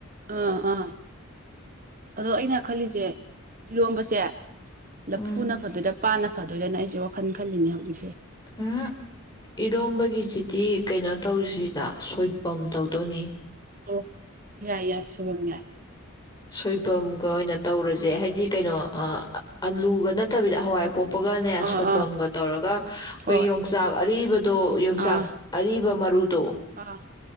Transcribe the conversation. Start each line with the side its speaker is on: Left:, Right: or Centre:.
Right: ꯑꯥ ꯑꯥ ꯑꯗꯣ ꯑꯩꯅ ꯈꯜꯂꯤꯁꯦ ꯏꯔꯣꯝꯕꯁꯦ ꯂꯐꯨꯅ
Left: ꯎꯝ
Right: ꯐꯗꯣꯏꯔ ꯄꯥꯟꯅ ꯐꯗꯣꯏꯔꯅ ꯑꯩꯁꯦ ꯋꯥꯈꯜ ꯈꯜꯂꯤꯅꯦ ꯍꯧꯖꯤꯛꯁꯦ
Left: ꯎꯝ ꯍꯨ ꯏꯔꯣꯝꯕꯒꯤꯁꯤꯗꯤ ꯀꯩꯅꯣ ꯇꯧꯁꯤꯗ ꯁꯣꯏꯕꯝ ꯇꯧꯗꯣꯏꯅꯤ
Right: ꯑꯣ ꯌꯥꯏ ꯌꯥꯏ ꯁꯣꯏꯕꯨꯝ ꯌꯥꯏ
Left: ꯁꯣꯏꯕꯨꯝꯒ ꯑꯣꯏꯅ ꯇꯧꯔꯁꯦ ꯁꯦ ꯍꯥꯏꯗꯤ ꯀꯩꯅꯣ ꯑꯥ ꯑꯥꯂꯨꯒ ꯅꯠꯇꯕꯤꯗ ꯍꯋꯥꯏ ꯑꯄꯣꯞ ꯑꯗꯨꯅꯦ
Right: ꯑꯥ
Left: ꯁꯣꯏꯕꯨꯝꯒ
Right: ꯑꯥ
Left: ꯇꯧꯔꯒ ꯑꯩꯈꯣꯏ
Right: ꯍꯣꯏ
Left: ꯌꯣꯡꯆꯥꯛ ꯑꯔꯤꯕ ꯇꯣ ꯌꯣꯡꯆꯥꯛ
Right: ꯑꯥ
Left: ꯑꯔꯤꯕ ꯃꯔꯨꯗꯣ
Right: ꯑꯥ